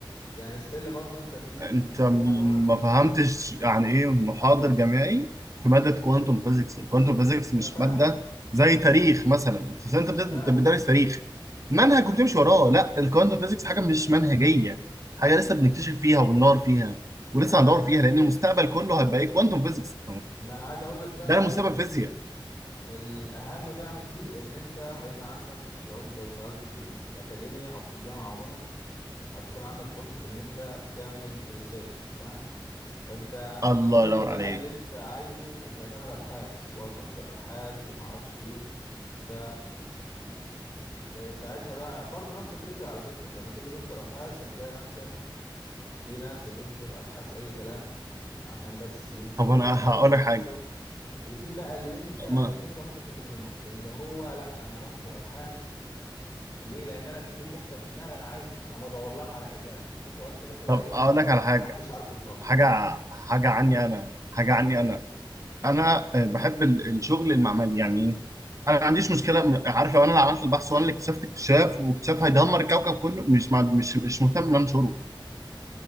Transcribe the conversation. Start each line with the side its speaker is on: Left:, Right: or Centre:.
Left: يعني ستيل برضو انت في
Right: انت م-
Left: في حاجه معينه بتمشي
Right: ما فهمتش
Left: عليها
Right: يعني ايه محاضر جامعي في ماده كوانتم فيزيكس الكوانتم فيزيكس
Left: ما
Right: مش
Left: انا فاهم
Right: ماده زي تاريخ مثلا انت انت
Left: ما
Right: بت-
Left: انا فاهم
Right: أنت بتدرس تاريخ منهج
Left: ما انا ع-
Right: وبتمشي وراه لا الكوانتم فيزيكس حاجه مش منهجيه حاجه لسه بنكتشف فيها وبندور فيها
Left: ما
Right: ولسه
Left: انا فاهم
Right: هندور فيها لان المستقبل كله هيبقى ايه كوانتم فيزيكس
Left: ما انا عايز اقول لك بقى
Right: ده المستقبل
Left: ال...
Right: الفيزياء
Left: الاهم بقى من دي ان انت هيبقى عندك لو انت اشتغلت في ال... في الاكاديميه او في الجامعه عموما هتكون عندك فرصه ان انت تعمل ريسيرش فاهم فانت
Right: الله
Left: كل
Right: ينور
Left: بقى
Right: عليك
Left: اللي انت عايزه انت هتعمل ابحاث وهتنشر ابحاث وما اعرفش ايه ف ساعتها بقى برضو نفس الفكرة على فكرة لما تيجي تنشر ابحاث هتلاقي نفسك في ناس بتنشر ابحاث اي كلام عشان بس ينشر
Right: طب
Left: ويتقال
Right: انا هقول
Left: ان هو
Right: لك
Left: بينشر
Right: حاجه
Left: وفي بقى اللي انت اللي
Right: ما-
Left: انت ممكن تكون منهم اللي هو لا انا بنشر ابحاث ليه لان انا في حتة في دماغي انا عايز انا بدور لها على اجابة في سؤال كده في العلم
Right: طب اقول لك على حاجه
Left: محدش عارف يوصل له
Right: حاجه
Left: فاهمني
Right: ع- حاجه عني انا حاجه عني انا انا آه، بحب ال- الشغل المعملي يعني ايه انا ما عنديش مشكله م- عارف لو انا اللي عملت البحث وانا اللي اكتشفت اكتشاف واكتشاف هيدمر الكوكب كله مش مع- مش مش مهتم ان أنا انشره